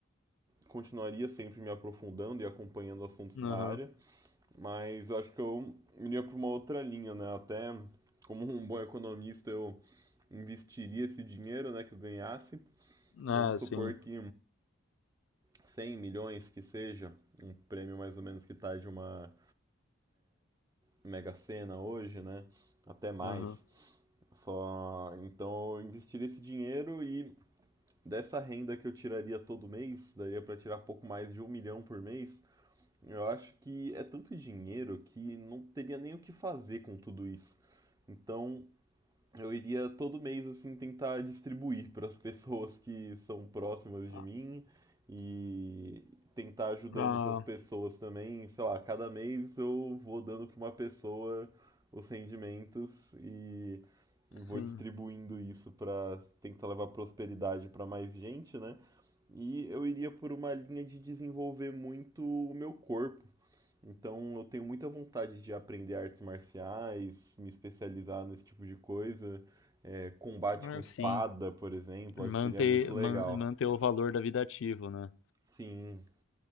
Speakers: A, on the right; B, on the left.
A: continuaria sempre me aprofundando e acompanhando assuntos da
B: Aham.
A: área, mas eu acho que eu iria para uma outra linha, né? Até como um bom economista, eu investiria esse dinheiro, né, que eu ganhasse.
B: Ah,
A: Vamos supor
B: sim.
A: que 100 milhões que seja, um prêmio mais ou menos que tá de uma Mega Sena hoje, né? Até mais.
B: Aham.
A: Só então eu investiria esse dinheiro e dessa renda que eu tiraria todo mês, daria para tirar pouco mais de um milhão por mês. Eu acho que é tanto dinheiro que não teria nem o que fazer com tudo isso. Então eu iria todo mês assim tentar distribuir para as pessoas que são próximas de
B: Ah,
A: mim e tentar ajudando
B: ah,
A: essas pessoas também, sei lá, cada mês eu vou dando para uma pessoa os rendimentos e vou
B: sim.
A: distribuindo isso para tentar levar prosperidade para mais gente, né? E eu iria por uma linha de desenvolver muito o meu corpo então eu tenho muita vontade de aprender artes marciais, me especializar nesse tipo de coisa. É, combate
B: Ah,
A: com espada,
B: sim.
A: por exemplo,
B: Manter,
A: acho que seria muito legal.
B: man- manter o valor da vida ativo, né?
A: Sim,